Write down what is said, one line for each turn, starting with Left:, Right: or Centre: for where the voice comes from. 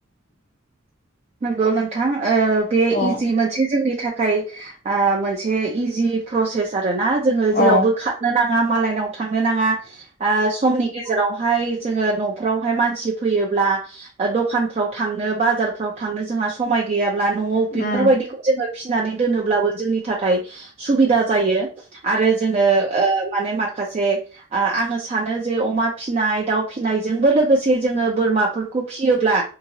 Right: नंगौ नोंथां ओ बे
Left: औ
Right: इजि मोनसे जोंनि थाखा य ओ मोनसे इजि प्रसेस आरोना जोङो
Left: औ
Right: जेरावबो खारनो नाङा मालायनाव थांनो नाङा ओ समनि गेजेरावहाय जोङो नफ्रावहाय मानसि फैयो ब्ला दखानफ्राव थांनो बाजारफ्राव थांनो जोंहा समाय गैया ब्ला न'आव बेफोर
Left: उम
Right: बायदिखौ जोङो फिसिनानै दोनोब्लाबो जोंनि थाखाय सुबिदा जायो। आरो जोङो ओ माने मा खासे ओ आंङो सानो जे अमा फिसिनाय दाउ फिसिनाय जोंबो लोगोसे जोङो बोरमाफोर खौ फिसियोब्ला